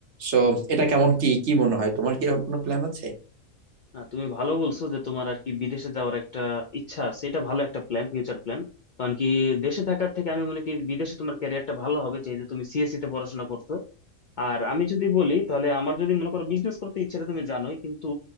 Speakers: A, on the right; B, on the left.
A: সো এটা কেমন কি কি মনে হয় তোমার কি এরকম কোনো প্ল্যান আছে
B: না তুমি ভালো বলছো যে তোমার আর কি বিদেশে যাওয়ার একটা ইচ্ছা আছে এটা ভালো একটা প্ল্যান ফিউচার প্ল্যান কারণ কি দেশে থাকার থেকে আমি মনে করি বিদেশে তোমার ক্যারিয়ারটা ভালো হবে যেহেতু তুমি সিএসসি তে পড়াশোনা করছো আর আমি যদি বলি তাহলে আমার যদি মনে করো বিজনেস করতে ইচ্ছাটা তুমি জানোই কিন্তু